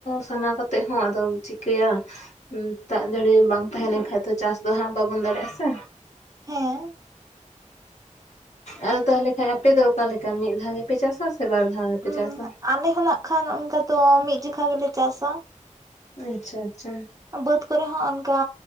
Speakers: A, on the left (about 55°); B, on the right (about 25°).
A: ᱥᱟᱱᱟ ᱠᱟᱛᱮᱫ ᱦᱚᱸ ᱟᱫᱚᱢ ᱪᱤᱠᱟᱹᱭᱟ᱾ ᱫᱟᱜ ᱡᱟᱹᱲᱤ ᱵᱟᱝ ᱛᱟᱦᱮᱸ ᱞᱮᱱ ᱠᱷᱟᱡ ᱫᱚ ᱪᱟᱥ ᱫᱚ ᱦᱟᱸᱜ ᱵᱟᱵᱚᱱ ᱫᱟᱲᱮᱭᱟᱜᱼᱟ ᱥᱮ᱾
B: ᱦᱮᱸ
A: ᱟᱫᱚ ᱛᱟᱦᱚᱞᱮ ᱠᱷᱟᱱ ᱟᱯᱮ ᱫᱚ ᱚᱠᱟᱞᱮᱠᱟ ᱢᱤᱫ ᱫᱷᱟᱣ ᱜᱮᱯᱮ ᱪᱟᱥᱟ? ᱵᱟᱨ ᱫᱷᱟᱣ ᱯᱮ
B: ᱩᱸ
A: ᱪᱟᱥᱟ?
B: ᱟᱞᱮ ᱦᱚᱸ ᱱᱟᱜ ᱠᱷᱟᱱ ᱚᱱᱠᱟ ᱛᱚ ᱢᱤᱫ ᱡᱚᱠᱷᱟ ᱜᱮᱞᱮ ᱪᱟᱥᱟ᱾
A: ᱟᱪᱪᱷᱟ ᱟᱪᱪᱷᱟ
B: ᱵᱟᱹᱫᱽ ᱠᱚᱨᱮ ᱦᱚᱸ ᱚᱱᱠᱟ